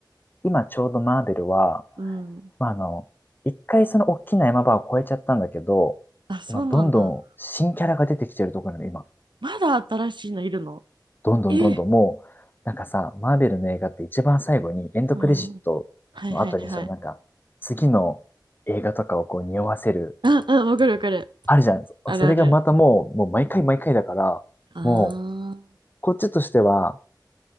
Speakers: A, on the left (about 25°); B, on the right (about 80°).
A: 今ちょうどマーベルは、
B: うん。
A: まあ、あの、一回その大きな山場を越えちゃったんだけど、
B: あ、そうなんだ。
A: 今どんどん新キャラが出てきてるところなの、今。
B: まだ新しいのいるの
A: どんどんどんどんもう、
B: ええ
A: なんかさ、マーベルの映画って一番最後にエンドクレジットの後にそのなんか、
B: うん。はいはいはい。
A: 次の映画とかをこう匂わせる、
B: あ、うん、わかるわかる。
A: あるじゃん。
B: あるある。
A: それがまたもう、もう毎回毎回だから、
B: ああ。
A: もう、こっちとしては、